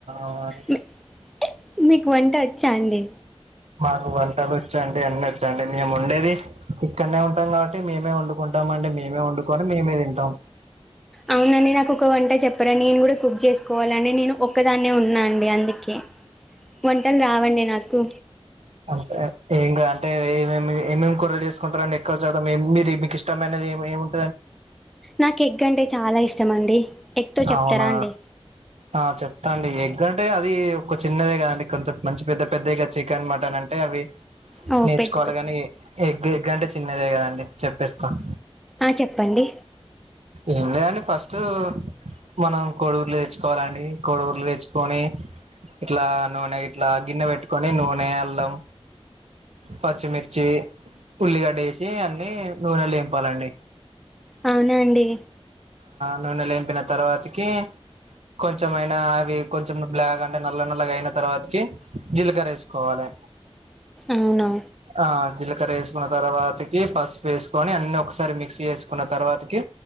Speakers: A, on the right; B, in the centre.
A: అవునండి
B: మీక్ మీకు వంట వ చ్చాండి
A: మాకు వంటలు వచ్చండి అన్ని వచ్చండి మేము ఉండేది ఇక్కడనే ఉంటాం కాబట్టి మేమే వండుకుంటాం అండి మేమే వండుకొని మేమే తింటాం
B: అ అవునండి నాకు ఒక వంట చెప్పరా నేను కూడా కుక్ చేసుకోవాలండి నేను ఒక్కదాన్నే ఉన్నా అండి అం దుకే వంటలు రావండి నాకు
A: అంతే ఏం అంటే ఏమేమి ఏమేమి కూరలు చేసుకుంటారండి ఎక్కువ శాతం మీరు మీకు ఇష్టమైన ఎమ్ ఎమి
B: నాకు ఎగ్ అంటే చాలా ఇష్టం అండి ఎగ్తో చెప్తారా
A: అవునా
B: అండి
A: ఆ చెప్తాండి ఎగ్ ఎగ్ అంటే అది ఒక చిన్నదే కాద అండి కొంచెం మంచి పెద్ద పెద్దదిగా చికెన్ మటన్ అంటే అంటే అవి
B: ఓ
A: నేర్చుకోవాలి
B: పెద్ద పెద్ద
A: కాని ఎగ్ ఎగ్గంటే చిన్నదే కదండి చెప్పేస్తాను
B: ఆ చెప్పండి
A: ఏం లేదండి ఫస్ట్ మనం కోడిగుడ్లు తెచ్చుకోవాలండి కోడిగుడ్లు తెచ్చుకొని ఇట్లా నూనె ఇట్లా గిన్నె పెట్టుకొని నూనె అల్లం పచ్చిమిర్చి ఉల్లిగడ్డ వేసి అన్ని నూనె లో వేపుకోవాలి అండి
B: అవునా అండి
A: నూనె లో వేపిన తర్వాతకి కొంచెంమయినా అవి కొంచెం బ్లాక్ అంటే నల్ల నల్లగా అయిన తర్వాతకి జీలకర్ర వేసుకోవాలి
B: అవునా
A: ఆ జీలకర్ర వేసుకున్న తర్వాతకి పసుపు వేసుకొని అన్ని ఒకసారి మిక్సీ వేసుకున్న తర్వాతకి